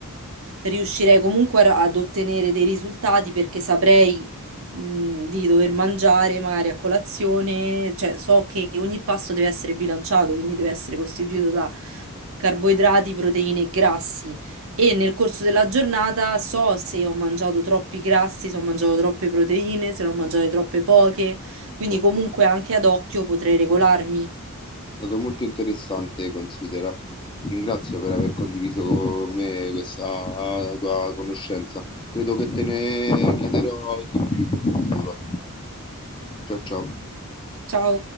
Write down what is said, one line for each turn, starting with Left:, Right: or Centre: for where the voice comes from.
Right: riuscirei comunque a- ad ottenere dei risultati perché saprei mh, di dover mangiare magari a colazione, cioè so che ogni pasto deve essere bilanciato, quindi deve essere costituito da carboidrati, proteine e grassi. E nel corso della giornata so se ho mangiato troppi grassi, se ho mangiato troppe proteine, se ne ho mangiate troppe poche.
Left: ho
Right: Quindi
Left: capito.
Right: comunque anche ad occhio potrei regolarmi.
Left: È stato molto interessante, considera. Ti ringrazio per aver condiviso con me questa tua conoscenza. Credo che te ne chiederò di più in futuro. Ciao ciao.
Right: Ciao.